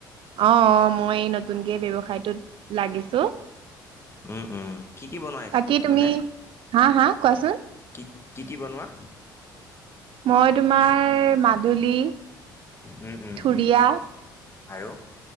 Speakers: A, on the right; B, on the left.
A: অ' অ' মই নতুনকে ব্যৱসায়টোত লাগিছো।
B: উম, উম, কি কি বনাই আছে
A: বাকী তুমি
B: মানে
A: হা হা কোৱাচোন
B: কি কি কি কি বনোৱা
A: মই তোমাৰ মাডুলী,
B: উম উম
A: থুৰিয়া
B: আৰু